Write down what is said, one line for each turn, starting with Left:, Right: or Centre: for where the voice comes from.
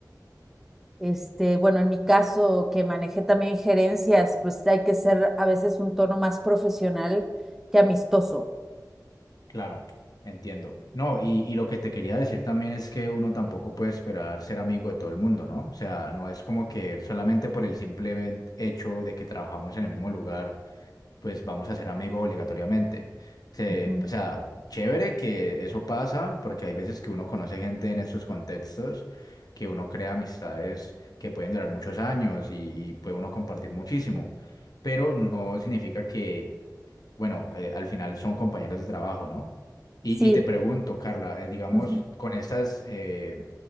Centre: Este, bueno, en mi caso, que manejé también gerencias, pues hay que ser a veces un tono más profesional que amistoso.
Left: claro, entiendo. No, y, y lo que te quería decir también es que uno tampoco puede esperar ser amigo de todo el mundo, ¿no? O sea, no es como que solamente por el simple hecho de que trabajamos en el mismo lugar pues vamos a ser amigos obligatoriamente. Se-
Centre: Ujú.
Left: o sea, chévere que eso pasa, porque hay veces que uno conoce gente en estos contextos, que uno crea amistades que pueden durar muchos años y, y puede uno compartir muchísimo, pero no significa que, bueno, eh, al final son compañeros de trabajo, ¿no? Y,
Centre: Sí.
Left: y te pregunto, Carla, eh, digamos,
Centre: ujú.
Left: con estas, eh,